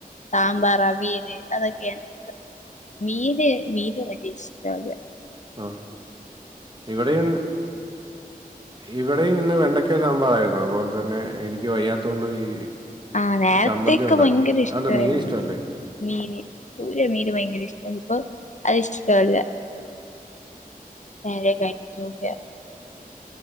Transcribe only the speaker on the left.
സാമ്പാർ അവിയല് അത് ഒക്കെ ആണ് മീന് മീന് വല്ല്യ ഇഷ്ടവല്ല
ആ നേരത്തെക്കെ
ഭയങ്കര ഇഷ്ടായിരുന്ന്
മീന് ചൂര മീന് ഭയങ്കര ഇഷ്ട ഇപ്പൊ അത് ഇഷ്ടോല്ല നേരെ കയിക്കൂല്ല